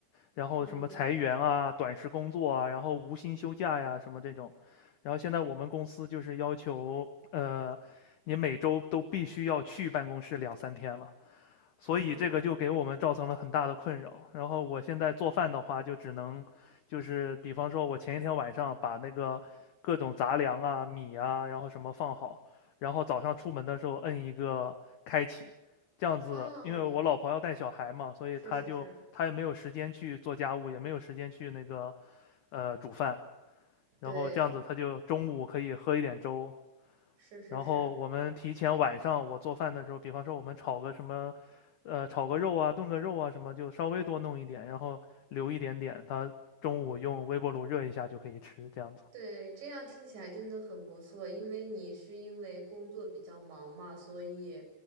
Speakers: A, on the left; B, on the right.
A: 然后什么裁员啊、
B: 嗯，
A: 短时工作啊，然后无薪休假呀什么这种，然后现在我们公司就是要求，呃，你每周都必须要去办公室两三天了。所以这个就给我们造成了很大的困扰。
B: 哦，
A: 然后我现在做饭的话，就只能就是比方说，我前一天晚上把那个各种杂粮啊、米啊，然后什么放好，然后早上出门的时候摁一个开启，这样子，
B: 哦，
A: 因为我老婆要带小孩嘛，所以她就她也没有时间去做家务，
B: 是是是，
A: 也没有时间去那个呃煮饭，
B: 对，
A: 然后这样子她就中午可以喝一点粥，
B: 是是是。
A: 然后我们提前晚上我做饭的时候，比方说我们炒个什么，呃，炒个肉啊，炖个肉啊什么，就稍微多弄一点，然后留一点点，它中午用微波炉热一下就可以吃，这样子。
B: 对，这样听起来真的很不错，因为你是因为工作比较忙嘛，所以，